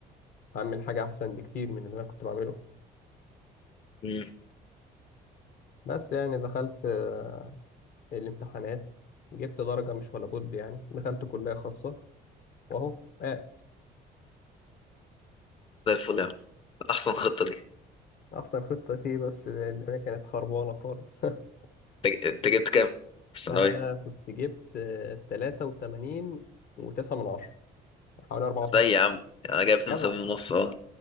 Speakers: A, on the left; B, on the left.
A: هعمل حاجه احسن بكتير من اللي انا كنت بعمله
B: مم.
A: بس يعني دخلت آه، الامتحانات جبت درجه مش ولا بد يعني دخلت كليه خاصه واهو آه،
B: زي الفل يا عم احسن خطة دي
A: احسن خطه فيه بس الدنيا كانت خربانه خالص <laughs>
B: انت أنت جبت كام في الثانوية
A: انا كنت جبت آه، 83 و9 من 10 حوالي 84
B: زي يا عم يعني انا جايب 82
A: يا جدع
B: ونص اه